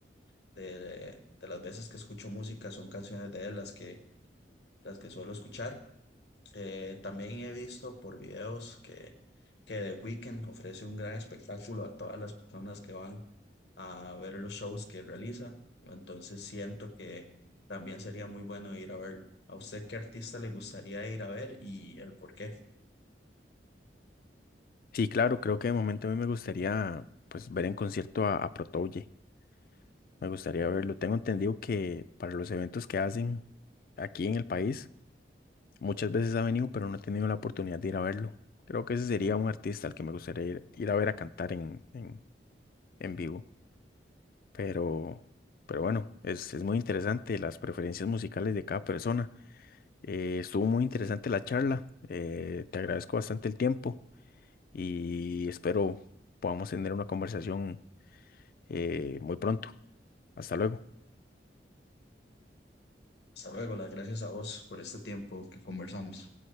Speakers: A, on the left; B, on the left.
A: de, de las veces que escucho música son canciones de él las que, las que suelo escuchar. Eh, también he visto por videos que, que The Weeknd ofrece un gran espectáculo a todas las personas que van a ver los shows que realiza. Entonces siento que también sería muy bueno ir a verlo. ¿A usted qué artista le gustaría ir a ver y el por qué?
B: Sí, claro, creo que de momento a mí me gustaría pues ver en concierto a, a Protoye. Me gustaría verlo. Tengo entendido que para los eventos que hacen aquí en el país, muchas veces ha venido, pero no he tenido la oportunidad de ir a verlo. Creo que ese sería un artista al que me gustaría ir, ir a ver a cantar en, en, en vivo. Pero, pero bueno, es, es muy interesante las preferencias musicales de cada persona. Eh, estuvo muy interesante la charla. eh, te agradezco bastante el tiempo y espero podamos tener una conversación eh, muy pronto. Hasta luego.
A: Hasta luego, las gracias a vos por este tiempo que conversamos.